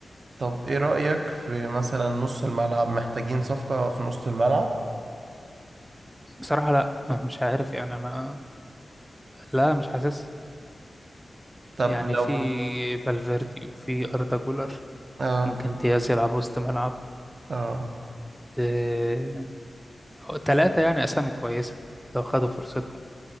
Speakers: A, on the right; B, in the centre.
A: طب ايه رأيك في مثلا نص الملعب محتاجين صفقة في نص الملعب
B: بصراحة لا مش عارف يعني أنا لا مش حاسس
A: طب
B: يعني
A: لو
B: في فالفيردي وفي أردا جولر
A: اه
B: ممكن دياز يلعب وسط ملعب
A: اه
B: آه، تلاتة يعني أسامي كويسة لو خدوا فرصتهم